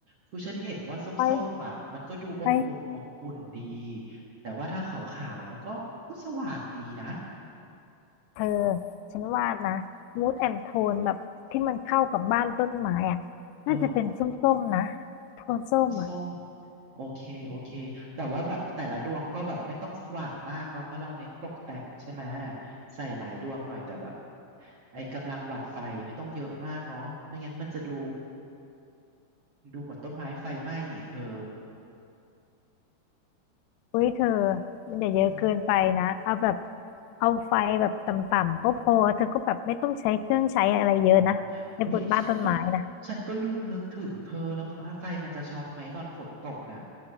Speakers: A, on the right; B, on the left.
A: คือฉันเห็นว่าส้มๆอ่ะมันก็ดูอบอุ่นอบอุ่นดี
B: ไฟไฟ
A: แต่ว่าถ้าขาวๆมันก็ก็สว่างดีนะ
B: เธอฉันว่านะมูดแอนโทนแบบที่มันเข้ากับบ้านต้นไม้อ่ะน่าจะเป็นส้มๆนะ
A: อ๋อ
B: โทนส้มอ่ะ
A: ส้มๆโอเคโอเคแต่ว่าแบบแต่ละดวงก็แบบไม่ต้องสว่างมากเนาะเพราะเราเน้นตกแต่งใช่ไหมใส่หลายดวงหน่อยแต่แบบไอ้กำลังหวัดไฟไม่ต้องเยอะมากเนาะไม่งั้นมันจะดูดูเหมือนต้นไม้ไฟไหม้อีกเธอ
B: อุ้ยเธอมันอย่าเยอะเกินไปนะเอาแบบ
A: อืม
B: เอาไฟแบบต่ำๆก็พอเธอก็แบบไม่ต้องใช้เครื่องใช้อะไรเยอะนะในบนบ้านต้นไม้นะ
A: อ๋อวิฉันก็ฉันก็ลืมนึกถึงเธอแล้วฟ้าไฟมันจะช็อตไหมตอนฝนตกน่ะ